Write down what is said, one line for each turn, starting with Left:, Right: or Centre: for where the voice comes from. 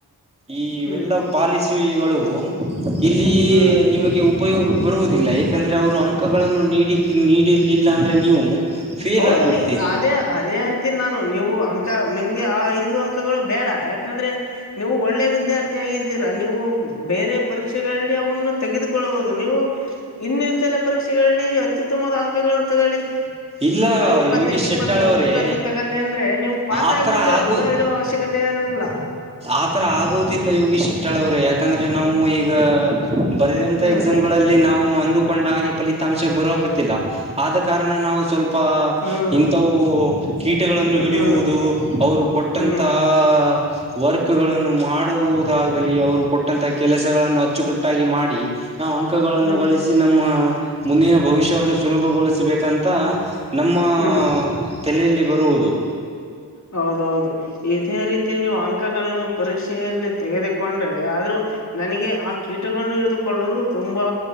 Right: ಇವೆಲ್ಲ
Left: ಹ್ಮ್
Right: ಪಾಲಿಸಿ <inaudible> ಇವಗಳು ಇಲ್ಲಿ
Left: ಹ್ಮ್
Right: ನಿಮಗೆ ಉಪಯೋಗ <inaudible> ಬರುವುದಿಲ್ಲ ಏಕಂದ್ರೆ ಅವರು ಅಂಕಗಳನ್ನು ನೀಡಿ ನೀಡಿಲಿಲ್ಲ ಅಂದ್ರೆ ನೀವು? <inaudible> ಫೇಲ್
Left: ಹೌದ
Right: ಆಗ್ಬಿಡ್ತೀರಿ
Left: ನೀ ಆದೇ <inaudible> ಅದೇ ಅಂತಿನ ನಾನು ನೀವು ಅಂಕ ನಿಮ್ಗೆ ಆ ಐದು ಅಂಕಗಳು ಬೇಡ ಯಾಕಂದ್ರೆ? <inaudible> ನೀವು ಒಳ್ಳೆ ವಿದ್ಯಾರ್ಥಿ ಆಗಿದ್ದೀರಾ ನೀವು ಬೇರೆ <inaudible> ಪರೀಕ್ಷೆಗಳಲ್ಲಿ ಅವನ್ನು ತೆಗೆದುಕೊಳ್ಳಬಹುದು ನೀವು? <inaudible> ಇನ್ನ ಇರ್ತರೆ ಪರೀಕ್ಷೆಗಳಲ್ಲಿ ಅತ್ಯುತ್ತಮದ ಅಂಕಗಳು ತಗೊಳ್ಳಿ. <inaudible>
Right: ಇಲ್ಲ
Left: ಈಗ ಇಪ್ಪತ್ತಕ್ಕೆ
Right: ಯೋಗೀಶ್ ಶೆಟ್ಟಾಳ್
Left: ಇಪ್ಪತ್ತು ಹತ್ತಕ್ಕ
Right: ಅವರೇ
Left: ಹತ್ತು ತಗೊಂದರೆ ಅಂದ್ರೆ ನೀವು ಪಾಸ
Right: ಆತರ
Left: ಆಗಿಬಿಡ್ತೀರಾ
Right: ಆಗೋದು
Left: ಹುಳ <inaudible> ಹೇಳು ಅವಶ್ಯಕತೆ ಇರುವುದಿಲ್ಲ. <inaudible>
Right: ಆತರ ಆಗೋದಿಲ್ಲ ಯೋಗಿಶ್ ಶೆಟ್ಟಾಳ ಅವರೇ ಯಾಕಂದ್ರೆ ನಾವು ಈಗ. <inaudible> ಬರೆದಂತ
Left: ಹ್ಮ್
Right: ಎಕ್ಸಾಮ್ ಗಳಲ್ಲಿ ನಾವು ಅಂದುಕೊಂಡ ಹಾಗೆ ಪಫಲಿ <inaudible> ಅಂಶ ಬರುವಕುತ್ತಿಲ್ಲ ಆದ ಕಾರಣ ನಾವು <inaudible> ಪ
Left: ಹ್ಮ್
Right: ಇಂತವು ಕೀಟಗಳನ್ನು
Left: ಹ್ಮ್
Right: ಹಿಡಿಯುವುದು ಅವರು ಕೊಟ್ಟಂತಹ
Left: ಹ್ಮ್
Right: ಹಾ <inaudible> ವರ್ಕ್ ಗಳನ್ನು ಮಾಡುವುದಾಗಲಿ ಅವರು ಕೊಟ್ಟಂತಹ ಕೆಲಸಗಳನ್ನು ಅಚ್ಚುಕಟ್ಟಾಗಿ ಮಾಡಿ. <inaudible> ನಾವು ಅಂಕಗಳನ್ನು
Left: ಹ್ಮ್
Right: ಗಳಿಸಿ ನಮ್ಮ ಮುಂದಿನ ಭವಿಷ್ಯವನ್ನು ಸುಲಭಗೊಳಿಸಬೇಕಂತ. <inaudible> ನಮ್ಮ
Left: ಹ್ಮ್ ಹ್ಮ್
Right: ತಲೆಯಲ್ಲಿ ಬರುವುದು.
Left: ಹೌದ ಹೌದು. <inaudible> ಇದೇ ರೀತಿ ನೀವು ಅಂಕಗಳನ್ನು ಪರೀಕ್ಷೆಯಲ್ಲಿ ತೆಗೆದುಕೊಂಡ್ರೆ ಆದ್ರೂ <inaudible> ನನಗೆ ಆ ಕೀಟಗಳನ್ನು ಹಿಡಿದುಕೊಳ್ಳೋದು ತುಂಬಾ